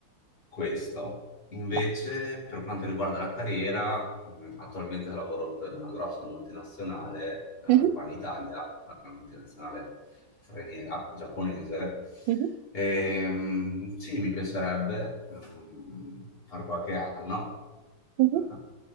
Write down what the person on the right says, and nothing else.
Beh,
mhm,
mhm,
mhm.